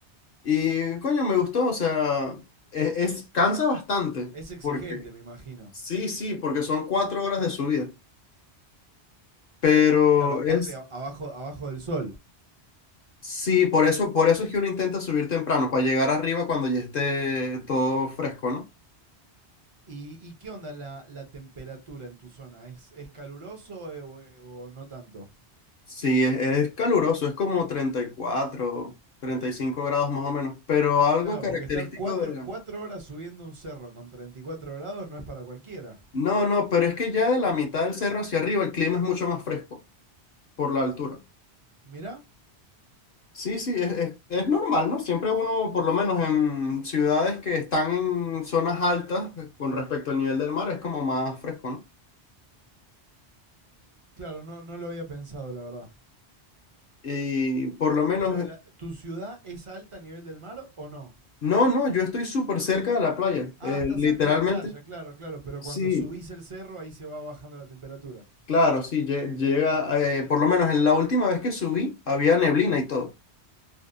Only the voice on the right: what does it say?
Es exigente,
me imagino.
Claro, aparte
a- abajo, abajo del sol.
¿Y, y qué onda la, la temperatura en tu zona? ¿Es, es caluroso eh, o, eh, o no tanto?
Claro,
porque estar cuatro,
cuatro horas subiendo un cerro con 34 grados no es para cualquiera.
Mirá,
claro, no, no lo había pensado, la verdad.
Pero
la- tu ciudad es alta a nivel del mar o no?
Ah, está
cerca de la playa, claro, claro, pero
cuando subís el cerro ahí se va bajando la temperatura.